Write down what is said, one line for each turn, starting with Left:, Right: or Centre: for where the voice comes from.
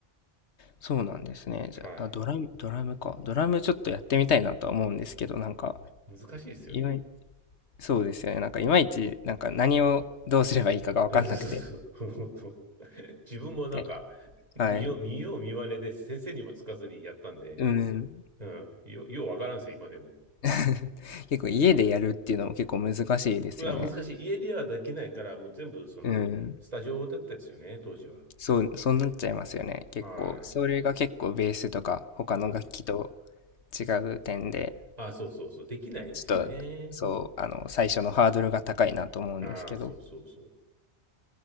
Left: そうなんですね。
Right: はい。
Left: じゃあ、あ、ドラムドラムか。ドラムちょっとやってみたいなとは思うんですけど、なんか、
Right: 難しいですよね。
Left: いまいそうですよね。なんかいまいち、なんか何をどうすればいいかが分かんなくて。
Right: そうそうそう。<laughs> 自分もなんか、
Left: ではい。
Right: 見よう、見よう見まねで先生にもつかずにやったんで、
Left: うん。
Right: うん、よ、ようわからんですよ、今でも。
Left: <laughs> 結構家でやるっていうのも結構難しいですよね。
Right: まあ、難しい。家ではできないから、もう全部、その、
Left: うん。
Right: スタジオだったですよね、当時は。
Left: そう、そうなっちゃいますよね。結構、
Right: はい。
Left: それが結構ベースとか他の楽器と
Right: うん。
Left: 違う点で、
Right: あ、そうそうそう。できないんですよね。
Left: ちょっと、そう、あの、最初のハードルが高いなと思うんですけど、
Right: ああそうそうそう。